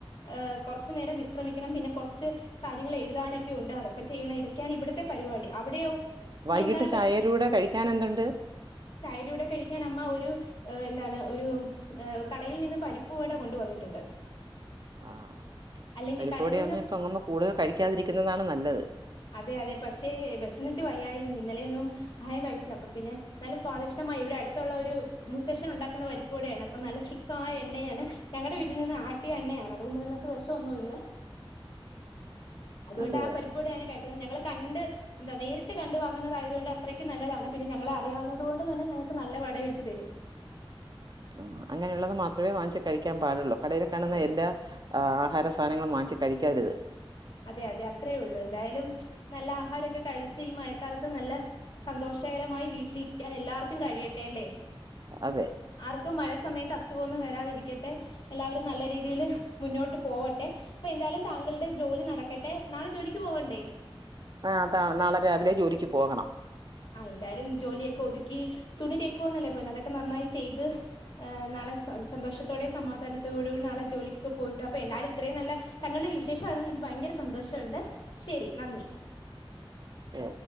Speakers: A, on the left (about 60°); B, on the right (about 50°).
A: ഹ കുറച്ചു നേരം വിശ്രമിക്കണം പിന്നെ കുറച്ച് കാര്യങ്ങൾ എഴുതാനൊക്കെ ഉണ്ട് അതൊക്കെ ചെയ്യണ ഇതൊക്കെയാണ് ഇവിടത്തെ പരിപാടി അവിടെയോ? ഇനി
B: വൈകിട്ട്
A: എന്താണ്
B: ചായടെ കൂടെ കഴിക്കാൻ എന്തുണ്ട്?
A: ചായുടെ കൂടെ കഴിക്കാൻ അമ്മ ഒരു ഏ എന്താണ് ഒരു ഏ കടയിൽ നിന്ന് പരിപ്പുവട കൊണ്ടുവന്നിട്ടുണ്ട്
B: ആഹ
A: അല്ലെങ്കിൽ
B: പരിപ്പ്
A: കടയിൽ
B: വട
A: നിന്ന്
B: ഒന്നും ഇപ്പം കൂടുതൽ കഴിക്കാതിരിക്കുന്നതാണ് നല്ലത്.
A: അതെ അതെ പക്ഷേ വിശന്നിട്ട് വയ്യായിരുന്നു ഇന്നലെയൊന്നും അഹാരം കഴിച്ചില്ല അപ്പൊ പിന്നെ നല്ല സ്വാദിഷഠമായി ഇവിടെ അടുത്തുള്ള ഒരു മുത്തശ്‌ചൻ ഉണ്ടാക്കുന്ന പരിപ്പുടെയാണ് അപ്പൊ നല്ല ശുദ്ധ മായ എണ്ണയാണ് ഞങ്ങളുടെ വീട്ടിൽ നിന്ന് ആട്ടി ട്ടിയ എണ്ണയാണ് അതുകൊണ്ട് അതിനകത്ത് വിഷന്നുല്ല അതുകൊണ്ട്
B: അതെ
A: ആ പരി ടെയാണ് കഴിക്കുന്നത് ഞങ്ങൾ കണ്ട് എന്താ നേരിട്ട് കണ്ടു വാങ്ങുന്നത ആയത കൊണ്ട് അത്രയ്ക്ക് നല്ലതാണ് പിന്നെ ഞങ്ങളെ അറിയാവുന്നത കൊണ്ട് തന്നെ ഞങ്ങൾക്ക് നല്ല വട എരുത്ത് തരും
B: ആ അങ്ങനെയുള്ളത് മാത്രമേ വാങ്ങിച്ച് കഴിക്കാൻ പാടുള്ളൂ കടേലു കാണുന്ന
A: അതെ
B: എല്ലാ ആഹാര സാധനങ്ങൾ വാങ്ങിച്ച് കഴിക്കാരുത്
A: അതെ അതെ അത്രയേ ഉള്ളൂ എന്തായാലും നല്ല ആഹാരമൊക്കെ കഴിച്ച് ഈ മഴക്കാലത്ത് നല്ല സന്തോഷകരമായി വീട്ടിലിരിക്കാൻ എല്ലാവർക്കും കഴിയട്ടെ അല്ലേ
B: അതെ
A: ആർക്കും മഴ സമയത്ത് അസുഖന്നും വരാതിരിക്കട്ടെ എല്ലാവരും നല്ല രീതിയിൽ മുന്നോട്ട് പോവട്ടെ അപ്പൊ എന്തായാലും താങ്കളുടെ ജോലി നടക്കട്ടെ നാളെ ജോലിക്ക് പോവണ്ടേ?
B: ആ നാളെ രാവിലെ ജോലിക്ക് പോകണം
A: ആ എന്തായാലും ജോലിയൊക്കെ ഒതുക്കി തുണി തേക്കുവാന്നല്ലേ പി അതൊക്കെ നന്നായി ചെയ്ത് നാളെ സന്തോഷത്തോടെ സമാധാനത്തോട കൂടി നാളെ ജോലിക്കൊക്കെ പോയിട്ടു അപ്പൊ എന്നാലും ഇത്രയും നല്ല തങ്ങളുടെ വിശേഷം അറിഞ്ഞത് എനിക്ക് ഭയങ്കര സന്തോഷാണ്ട് ശെരി നന്ദി.
B: ഏ